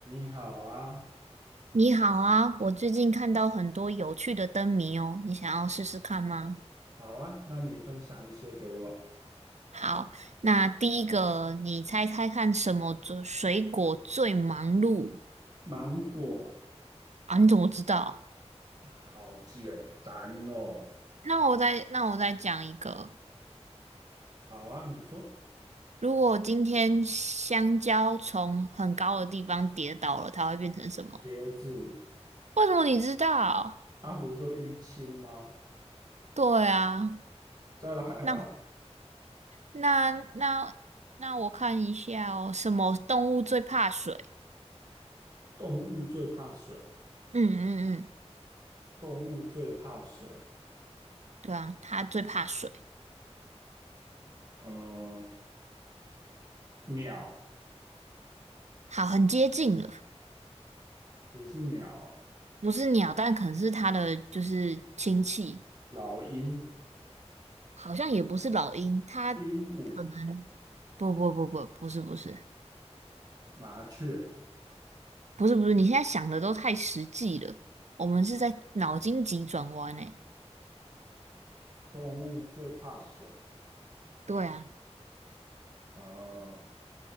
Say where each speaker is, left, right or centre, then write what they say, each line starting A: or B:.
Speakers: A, on the right; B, on the right.
A: 你好啊，
B: 你好啊，我最近看到很多有趣的灯谜哦，你想要试试看吗？
A: 好啊，那你分享一些给我。
B: 好，那第一个，你猜猜看什么最水果最忙碌
A: 芒果，
B: 啊？你怎么知道？
A: 好简单哦。
B: 那我再那我再讲一个，
A: 好啊，你说
B: 如果今天香蕉从很高的地方跌倒了，它会变成什么？
A: 茄子，
B: 为什么你知道？
A: 啊不就淤青吗？
B: 对啊，
A: 再来啊，
B: 那那那那我看一下哦，什么动物最怕水？
A: 动物最怕水，
B: 嗯嗯嗯。
A: 动物最怕水。
B: 对啊，它最怕水。
A: 嗯，鸟
B: 好，很接近了，
A: 不是鸟，
B: 不是鸟，但可能是它的就是亲戚，
A: 老鹰、
B: 好像也不是老鹰，它可能不不不不不是不是
A: 鹦鹉、麻雀，
B: 不是不是，你现在想的都太实际了，我们是在脑筋急转弯诶。
A: 动物最怕水。
B: 对啊，
A: 呃，